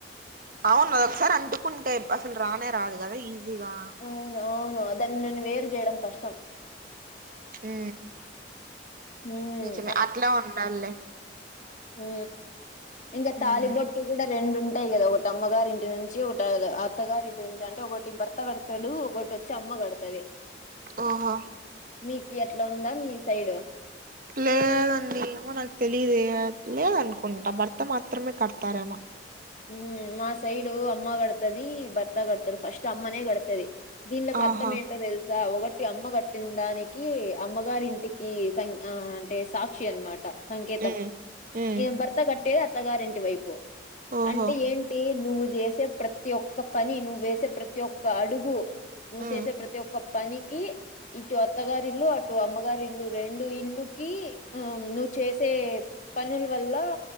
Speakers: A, on the right; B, on the left.
A: అవును ఒకసారి అంటుకుంటే అసలు రానే రాదు కదా ఈజీగా.
B: అవును అవును దాన్ని నన్ను వేరు చేయడం కష్టం.
A: ఊ
B: ఉమ్
A: నిజమే అట్లా ఉండాలి లే
B: ఉ ఇంకా తాలిబొట్టి
A: ఉమ్
B: కూడా రెండు ఉం టాయి కదా ఒకటి అమ్మగారి ఇంటి నుంచి, ఒక అత్తగారి ఇంటి నుంచి అంటే ఒకటి భర్త కడతాడు ఒకటి వచ్చి అమ్మ కడత సరే
A: ఓహో
B: మీకు ఎట్లా ఉందా మీ సైడు?
A: లేదండి ఏమో నాకు తెలియదు లేదనుకుంటా భర్త మాత్రమే కడతారేమో
B: ఉమ్ మా సైడు అమ్మ గడతది భర్త గడతాడు ఫస్ట్ అమ్మనే గడతది దినీలో కర్తము
A: ఆహా
B: ఏంటో తెల్సా ఒకట్ టి అమ్మ కట్టిన్దానికి అమ్మగారి ఇంటికి క అంటే సాక్షి అనమాట సంకేతం
A: ఉమ్ ఉమ్
B: ఏ భర్త కట్టేది అత్తగారి ఇంటి వైపు
A: ఓహో
B: అంటే ఏంటి నువ్వు చేసే ప్రతి ఒక్క పని నువ్వు వేసే ప్రతి ఒక్క అడుగు నువ్వు
A: ఉమ్
B: చేసే ప్రతి ఒక్క పనికి ఇటు అత్తగారిల్లు అటు అమ్మగారిల్లు రెండు ఇల్లుకి ఆ నువ్వు చేసే పనుల వల్ల